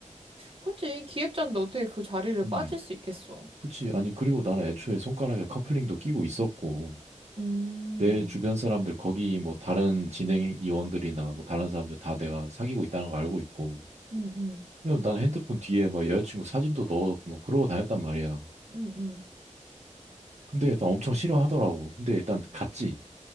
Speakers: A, on the right (about 45°); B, on the right (about 60°).
A: 그치. 기획자인데 어떻게 그 자리를
B: 음,
A: 빠질 수 있겠어.
B: 그치. 아니, 그리고 나는 애초에 손가락에 커플링도 끼고 있었고,
A: 음,
B: 내 주변 사람들, 거기 뭐 다른 진행위원들이나 뭐 다른 사람들 다 내가 사귀고 있다는 거 알고 있고,
A: 응, 응,
B: 그냥 난 핸드폰 뒤에 막 여자친구 사진도 넣어놓고 막 그러고 다녔단 말이야.
A: 응, 응,
B: 근데 일단 엄청 싫어하더라고. 근데 일단 갔지.